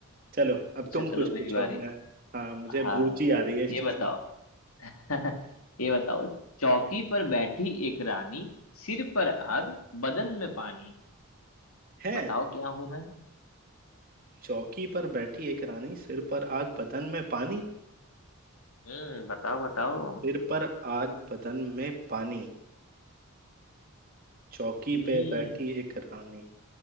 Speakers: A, on the right; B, on the left.
A: चलो अब
B: अच्छा
A: तुम कुछ
B: चलो मेरी
A: पूछो
B: बारी
A: अब मैं हाँ मुझे अब
B: हाँ
A: रुचि आ रही है इस
B: ये
A: चीज
B: बताओ
A: में
B: <laughs> ये बताओ चौकी पर बैठी एक रानी सिर पर आग बदन में पानी
A: है
B: बताओ क्या हूं मैं
A: चौकी पर बैठी एक रानी सिर पर आग बदन में पानी
B: हम्म बताओ बताओ
A: सिर पर आग बदन में पानी चौकी
B: हम्म
A: पे बैठी एक रानी